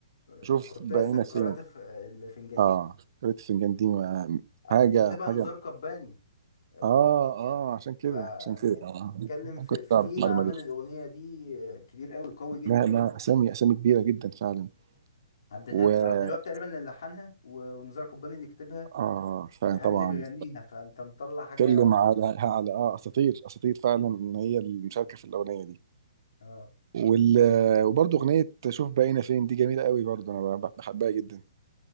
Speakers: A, on the right; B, on the left.
A: شوف
B: مقدسه
A: بقينا
B: قارئة
A: فين
B: الف- الفنجان
A: اه
B: دي
A: قارئة الفنجان دي ما...
B: آه،
A: حاجه
B: اللي كتبها
A: حاجه
B: نزار قباني آه،
A: اه اه عشان كده
B: ف
A: عشان كده
B: يعني
A: اه
B: بتتكلم
A: ما
B: في
A: كنتش
B: في
A: اعرف
B: تيم
A: المعلومه
B: عمل
A: دي
B: الاغنيه دي آه، كبير قوي قوي جدا
A: لا
B: يعني
A: لا اسامي اسامي كبيره جدا فعلا
B: عبد الهاب
A: و
B: عبد الوهاب تقريبا اللي لحنها و- ونزار قباني اللي كتبها
A: اه فعلا
B: الحامي
A: طبعا
B: اللي بيغنيها فانت مطلع حاجه
A: بتتكلم على على اه اساطير اساطير فعلا ان هي المشاركه في الاغنيه دي
B: اه
A: وال... وبرضه اغنيه شوف بقينا فين دي جميله قوي برضه انا ب- بحبها جدا